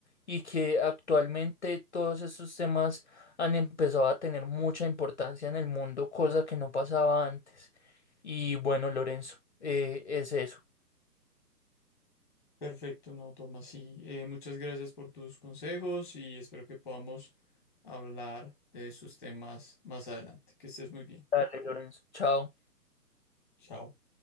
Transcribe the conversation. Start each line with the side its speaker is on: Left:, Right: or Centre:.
Left: y que actualmente todos estos temas han empezado a tener mucha importancia en el mundo, cosa que no pasaba antes. Y bueno, Lorenzo, eh, es eso.
Centre: Perfecto, no, Tomás. Sí, eh, muchas gracias por tus consejos y espero que podamos hablar de esos temas más adelante. Que estés muy bien.
Left: Dale, Lorenzo. Chao.
Centre: Chao.